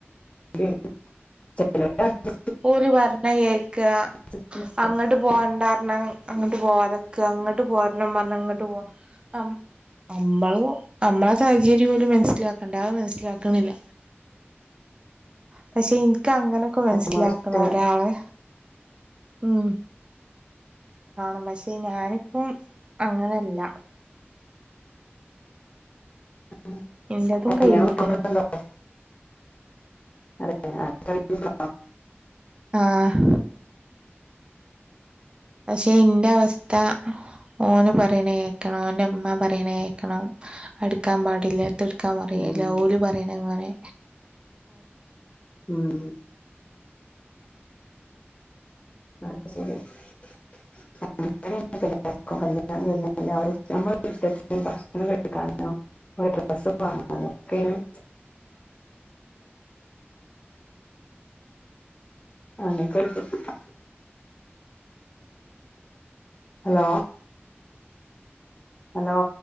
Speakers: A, on the left; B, on the right.
A: <inaudible>
B: ഓര് പറഞ്ഞ കേക്ക്വാ
A: അടിച്ചു നിക്കും.
B: അങ്ങട്ട് പോവണ്ടാറഞ്ഞാ അങ്ങട്ട് പോവാത്ക്കാ. ഇങ്ങട്ട് പോരണം പറഞ്ഞാ ഇങ്ങട്ട് പോ ഹം നമ്മള്, നമ്മള സാഹചര്യം ഓല് മനസ്സിലാക്കണ്ടെ. അത് മനസ്സിലാക്കണില്ല. പക്ഷെ ഇൻക്ക് അങ്ങനെയൊക്കെ മനസിലാക്കണ
A: നമ്മളെ ഇഷ്ട-
B: ഒരാളെ ഉം. വേണം പക്ഷെ, ഞാനിപ്പം അങ്ങനല്ല.
A: <inaudible>
B: എന്റതും
A: കല്ല്യാണം
B: കഴിഞ്ഞിക്കണ്
A: നോക്കണ് ണ്ടോ? <inaudible>
B: ആഹ് പക്ഷെ ഇന്റെ അവസ്ഥ, ഓന് പറയണ കേക്കണം ഓന്റെ ഇമ്മ പറയണ കേക്കണം. എട്ക്കാൻ പാടില്ല ഇതെട്ക്കാൻ പറയില്ല.
A: ഉം.
B: ഓല് പറയണ അങ്ങനെ
A: ഉം അത് ശരി <inaudible> <inaudible> ഒരു ഡ്രസ്സ് വാങ്ങാനോ ഒക്കേനും <unintelligible> ഹലോ? ഹലോ?